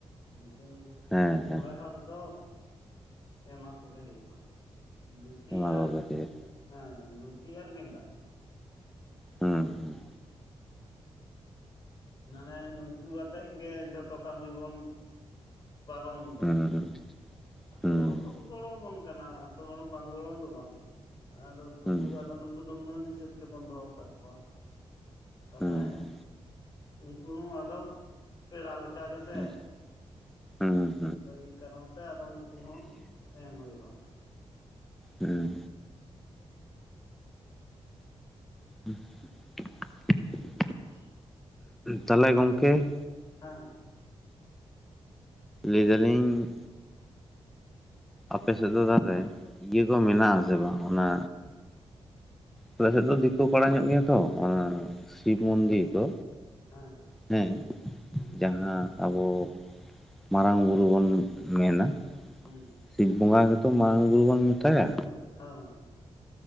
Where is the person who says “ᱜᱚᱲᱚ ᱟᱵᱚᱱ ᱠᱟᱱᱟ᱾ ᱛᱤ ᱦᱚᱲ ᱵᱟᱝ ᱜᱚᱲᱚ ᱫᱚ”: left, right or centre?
Left